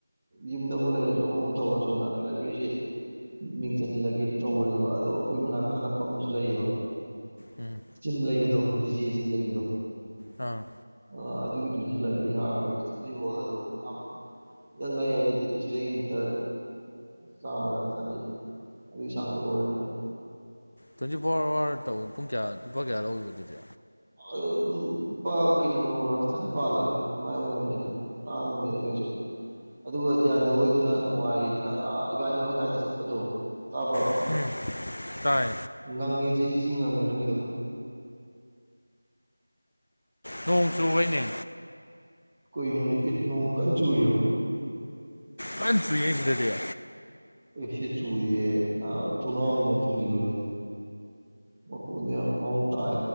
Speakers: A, on the right; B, on the left.
A: ꯌꯨꯝꯗꯕꯨ ꯂꯩꯔꯁꯨ ꯑꯃꯕꯨ ꯇꯧꯔꯁꯨꯅ ꯂꯥꯏꯕ꯭ꯔꯦꯔꯤꯁꯤꯦ ꯃꯤꯡ ꯆꯟꯁꯤꯜꯂꯒꯦꯗꯤ ꯇꯧꯕꯅꯦꯕ ꯑꯗꯨꯣ ꯑꯩꯈꯣꯏ ꯃꯅꯥꯛꯇ ꯑꯅꯛꯄ ꯑꯃꯁꯨ ꯂꯩꯌꯦꯕ
B: ꯎꯝ
A: ꯖꯤꯝ ꯂꯩꯕꯗꯣ ꯗꯤꯖꯤ ꯖꯤꯝ ꯂꯩꯕꯗꯣ
B: ꯑꯥ
A: ꯑ ꯑꯗꯨꯒꯤꯗꯨꯗꯁꯨ ꯂꯥꯏꯕ꯭ꯔꯦꯔꯤ ꯍꯥꯡꯈ꯭ꯔꯦ ꯏꯁꯇꯗꯤ ꯍꯣꯜ ꯑꯗꯨ ꯌꯥꯝ ꯈꯤꯇꯪ ꯂꯩꯌꯦ ꯑꯗꯨꯗꯤ ꯁꯤꯗꯩ ꯃꯤꯇꯔ ꯆꯥꯝꯃꯔꯥ ꯆꯅꯤꯔ ꯑꯗꯨꯒꯤ ꯆꯥꯡꯗꯣ ꯑꯣꯏꯔꯅꯤ
B: ꯇ꯭ꯋꯦꯟꯇꯤ ꯐꯣꯔ ꯑꯋꯥꯔ ꯇꯧ ꯄꯨꯡ ꯀꯌꯥ ꯂꯨꯄꯥ ꯀꯌꯥ ꯂꯧꯤꯕꯗꯨꯗꯤ
A: ꯑꯗꯨ ꯑꯗꯨꯝ ꯂꯨꯄꯥ ꯀꯩꯅꯣ ꯂꯧꯕ꯭ꯔꯥ ꯆꯅꯤꯄꯥꯜꯂ ꯑꯗꯨꯃꯥꯏꯅ ꯑꯣꯏꯕꯅꯤꯗ ꯇꯥꯡꯗꯕꯅꯤꯗ ꯀꯩꯁꯨ ꯑꯗꯨꯒ ꯒ꯭ꯌꯥꯟꯗ ꯑꯣꯏꯗꯨꯅ ꯅꯨꯡꯉꯥꯏꯔꯤꯗꯨꯅ ꯏꯕꯥꯅꯤ ꯃꯈ ꯀꯥꯏꯗ ꯆꯠꯄꯗꯣ ꯇꯥꯕ꯭ꯔꯣ
B: ꯎꯝ ꯇꯥꯏ
A: ꯉꯪꯉꯦ ꯁꯤ ꯉꯪꯉꯦ ꯅꯪꯒꯤꯗꯣ
B: ꯅꯣꯡ ꯆꯨꯕꯩꯅꯦ
A: ꯀꯨꯩꯅꯣꯅꯦ ꯏ ꯅꯣꯡ ꯀꯟ ꯆꯨꯔꯤꯔꯣ
B: ꯄ ꯁ ꯌꯦꯁꯤꯗꯗ
A: ꯑꯩ ꯁꯤ ꯆꯨꯔꯤꯌꯦꯦ ꯅ ꯊꯣꯡꯅꯥꯎꯒꯨꯝꯕ ꯊꯤꯡꯖꯤꯜꯂꯨꯍꯦ ꯃ ꯃꯡ ꯇꯑ